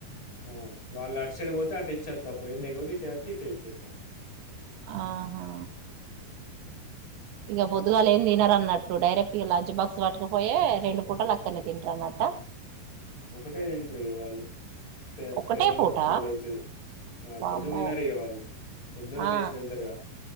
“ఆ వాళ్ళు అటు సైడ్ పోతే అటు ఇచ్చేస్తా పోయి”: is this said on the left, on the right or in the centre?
Left